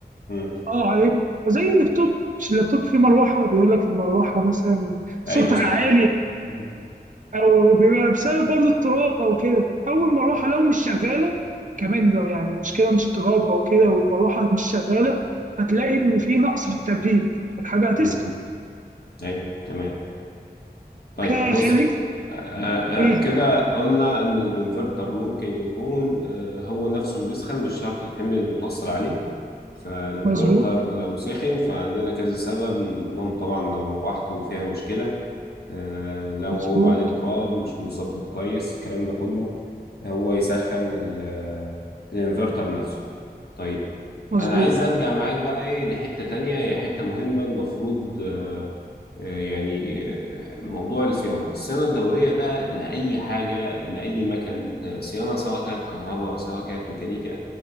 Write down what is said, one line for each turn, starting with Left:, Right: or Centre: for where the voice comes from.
Left: مم.
Right: اه عليه زي اللابتوب مش اللابتوب فيه مروحه بيقول لك المروحه مثلا صوتها
Left: ايوه صح
Right: عالي
Left: مم.
Right: او بيبقى بسبب برضو التراب او كده او المروحه لو مش شغاله كمان لو يعني المشكله مش تراب او كده والمروحه مش شغاله هتلاقي ان في نقص في التبريد الحاجه هتسخن
Left: مم. ايوه تمام طيب
Right: فخليك
Left: بص آه، آه،
Right: ايه
Left: آه، كده قلنا ان الانفرتر ممكن يكون آه، هو نفسه اللي بيسخن مش شرط الحمل اللي متوصل عليه فالانفرتر
Right: مظبوط
Left: لو سخن فعندنا كذا سبب من ضمنهم طبعا لو مروحته فيها مشكلة آه، لو
Right: مظبوط
Left: هو عليه تراب مش متظبط كويس الكلام ده كله هو يسخن ال- آه، الانفرتر نفسه طيب
Right: مظبوط
Left: انا عايز ارجع معاك بقى ايه لحتة تانية هي حتة مهمة المفروض آه، يعني موضوع الصيانة الصيانة الدورية ده لأي حاجة لأي مكان صيانة سواء كانت كهرباء سواء كانت ميكانيكا